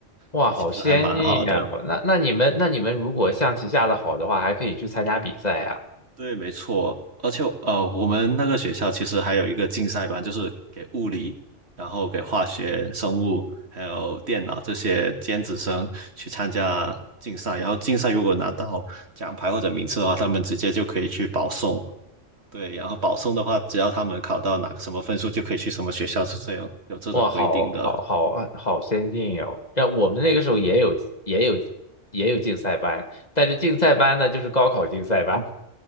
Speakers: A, on the left; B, on the right.
A: 哇，
B: 对，
A: 好先进呀！
B: 其实还蛮好的。
A: 我那那你们那你们如果象棋下的好的话，还可以去参加比赛呀！
B: 对，没错。而且呃，我们那个学校其实还有一个竞赛班，就是给物理，然后给化学、生物还有电脑这些尖子生去参加竞赛。然后竞赛如果拿到奖牌或者名次的话，他们直接就可以去保送，对，然后保送的话，只要他们考到哪个什么分数，就可以去什么学校，是这样，有这种规定的。
A: 哇，好好好好先进哟！让我们那个时候也有也有也有竞赛班，但是竞赛班呢就是高考竞赛班，